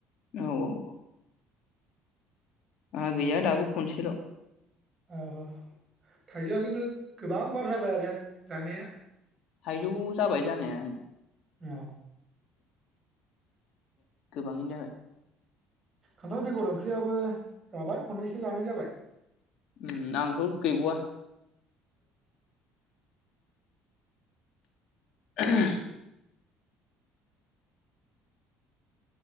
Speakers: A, on the left (about 60°); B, on the right (about 40°).
A: औ औ। आंहा गैया दाबो खनसेल'।
B: औ थाइजौआ खिन्थु गोबां बार जाबाय आरो जानाया।
A: थाइजौ जाबाय जानाया।
B: औ
A: गोबाङैनो जाबाय।
B: खान्थाल बेगर ओंख्रियाबो जाबाय खननैसो जानाय जाबाय।
A: ओं आंथ' गैबावा <unintelligible>